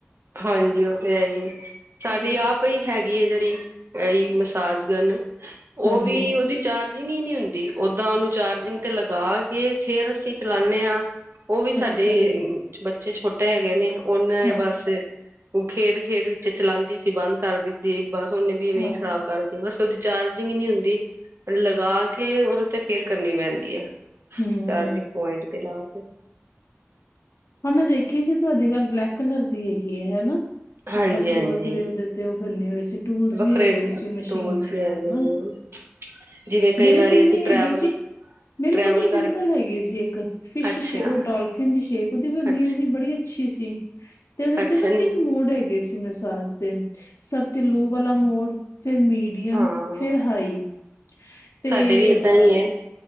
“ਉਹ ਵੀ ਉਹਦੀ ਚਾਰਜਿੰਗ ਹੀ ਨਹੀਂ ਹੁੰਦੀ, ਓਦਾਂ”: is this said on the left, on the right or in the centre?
Right